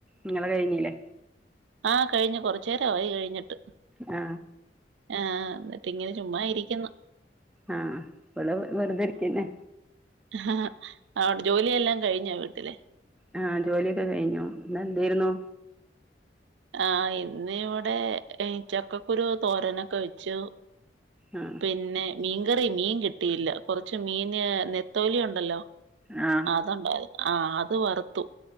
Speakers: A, in the centre; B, on the right.
A: നിങ്ങള് കഴിഞ്ഞല്ലേ
B: ആ കഴിഞ്ഞകുറച്ചു നേരമായി കഴിഞ്ഞിട്ട്
A: ആ
B: ആഹ എന്നിട്ട് ഇങ്ങനെ ചുമ്മാ ഇരിക്കുന്നു
A: ആഹ ഇവിടെവെറുതെരിക്കന്നെ
B: ആ അവിടെ ജോലിയെല്ലാം കഴിഞ്ഞോ വീട്ടില്
A: ആഹ ജോലിയൊക്കെ കഴിഞ്ഞു ഇന്ന എന്തായിരുന്നു
B: ആ ഇന്ന് ഇവിടെ ചക്കക്കുരു തോരനൊക്കെ വെച്ചു
A: ആ
B: പിന്നെ മീൻകറി മീൻ കിട്ടിയില്ല കുറച്ച് മീന് നെത്തോലി ഉണ്ടല്ലോ
A: ആ
B: അതുണ്ടായിരുന്നു ആഹ അത് വറുത്തു